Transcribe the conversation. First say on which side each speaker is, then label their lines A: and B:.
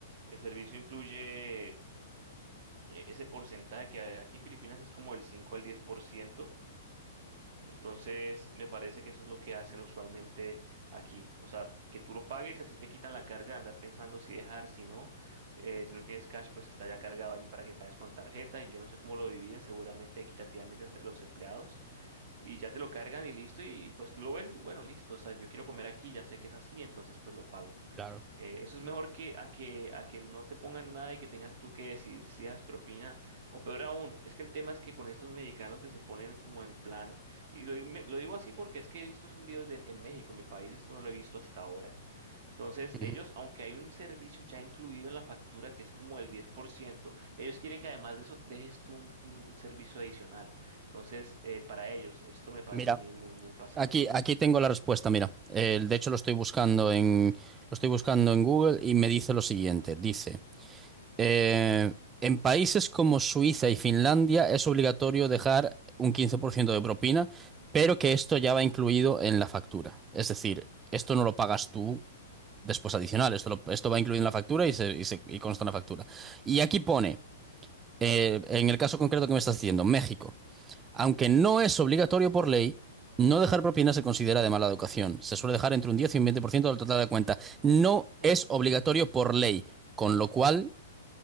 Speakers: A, on the right; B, on the right.
A: El servicio incluye eh, ese porcentaje que a- aquí en Filipinas es como el cinco al diez por ciento Entonces, me parece que eso es lo que hacen usualmente aquí. O sea, que tú lo pagues, así te quitan la carga de andar pensando si dejar, si no. Eh, si no tienes cash, pues está ya cargado allí para que pagues con tarjeta. Y yo no sé cómo lo dividen, seguramente equitativamente entre los empleados. Y ya te lo cargan y listo. Y, pues tú lo ves, bueno, listo. O sea, yo quiero comer aquí, ya sé que es así, entonces pues lo pago.
B: Claro.
A: Eh, eso es mejor que a que a que no te pongan nada y que tengas tú que decidir si dejas propina o peor aún, es que el tema es que con estos mexicanos que se ponen como en plan, y lo, digo me- lo digo así porque es que he visto son videos de, en México, en mi país, esto no lo he visto hasta ahora. Entonces,
B: Ujú.
A: ellos, aunque hay un servicio ya incluido en la factura que es como el diez por ciento ellos quieren que además de eso dejes tú un, un servicio adicional. Entonces, eh, para ellos, esto me parece
B: Mira,
A: a mí muy, muy pasado.
B: aquí, aquí tengo la respuesta, mira, Eh, de hecho lo estoy buscando en, lo estoy buscando en Google y me dice lo siguiente, dice... Eh, en países como Suiza y Finlandia es obligatorio dejar un 15% de propina, pero que esto ya va incluido en la factura. Es decir, esto no lo pagas tú después adicional, esto, lo- esto va incluido en la factura y, se- y se- y consta en la factura. Y aquí pone, eh, en el caso concreto que me estás diciendo, México, aunque no es obligatorio por ley, no dejar propina se considera de mala educación. Se suele dejar entre un 10 y un 20% del total de la cuenta. No
A: Uf,
B: es obligatorio por ley, con lo cual